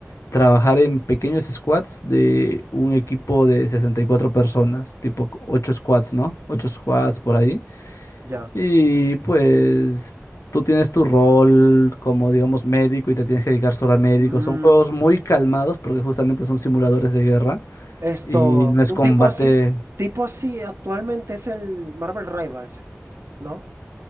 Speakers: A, on the left; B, on the right.
A: trabajar en pequeños squats de un equipo de 64 personas, tipo 8 squats, ¿no? 8 squats por ahí.
B: Ya.
A: Y pues tú tienes tu rol como, digamos, médico y te tienes que dedicar solo a médico.
B: Mm,
A: Son juegos muy calmados porque justamente son simuladores de guerra
B: Esto,
A: y no es
B: un
A: combate,
B: tipo así, tipo así actualmente es el Marvel Rivals, ¿no?